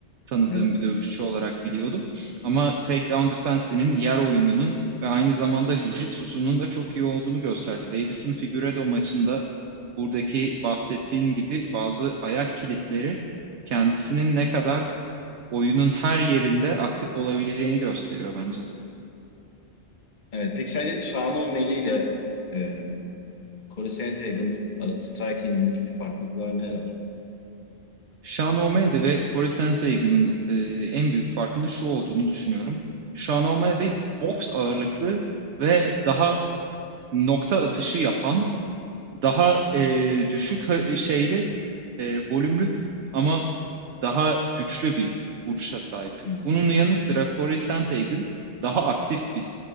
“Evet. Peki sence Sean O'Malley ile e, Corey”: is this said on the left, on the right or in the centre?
Left